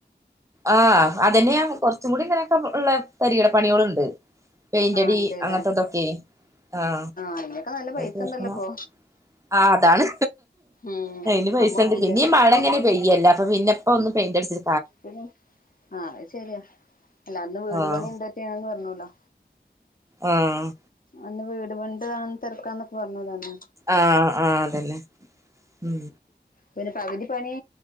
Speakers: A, on the right; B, on the left.
A: ആ അതെന്നെ ഞാൻ കൊർച്ചും കൂടി ഇങ്ങനൊക്കെള്ള തരികിട പണ്യോളുണ്ട് പെയിന്റടി
B: ആഹ് ഇണ്ട്ല്ലേ
A: അങ്ങൻത്തതൊക്ക്യെ ആഹ്
B: അയിനൊക്കെ നല്ല
A: അത്
B: പൈസ
A: തീർക്കണം.
B: ഉണ്ടല്ലോ ഇപ്പൊ
A: ആ അതാണ്
B: ഉം
A: കയ്യിൽ പൈസ
B: നമ്മള്
A: ഇണ്ട്
B: വിചാ
A: പിനീം മഴങ്ങനെ പെയ്യല്ലെ അപ്പപിന്നപ്പൊന്ന് പെയിൻ്റടിച്ചി
B: പിന്നെ ആഹ് അത് ശരിയാ അല്ല അന്ന് വീട്
A: ആഹ്
B: പണി എന്താകൊ ആണ് പറഞ്ഞല്ലോ
A: ആഹ്
B: അന്ന് വീട് പണിന്റതാ തെരക്കാന്നൊക്കെ പറഞ്ഞൂലൊ അന്ന്
A: ആഹ് ആഹ് അതന്നെ ഉം
B: പിന്നെ പകുതിപ്പണി